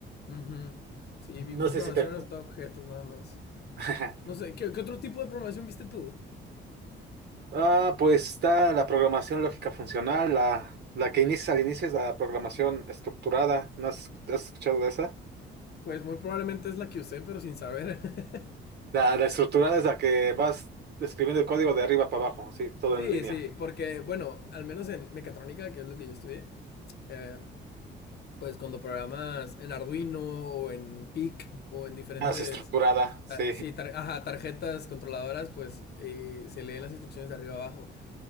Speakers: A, on the left; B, on the right.
A: ujú. Sí, vimos
B: No
A: programación
B: sé si te...
A: adaptada a objetos nada más.
B: <laughs>
A: No sé, ¿qué, qué otro tipo de programación viste tú?
B: Ah, pues está la programación lógica funcional, la, la que inicia al inicio es la programación estructurada, ¿no has, has escuchado de esa?
A: Pues muy probablemente es la que usé, pero sin saber. <laughs>
B: La, la estructurada es la que vas escribiendo el código de arriba para abajo, así, todo
A: Sí,
B: en línea.
A: sí, porque, bueno, al menos en mecatrónica, que es lo que yo estudié, eh, pues cuando programas en Arduino o en PIC o en diferentes,
B: Ah, es estructurada, sí.
A: ta- sí, tar- ajá, tarjetas controladoras, pues eh, se leen las instrucciones de arriba abajo.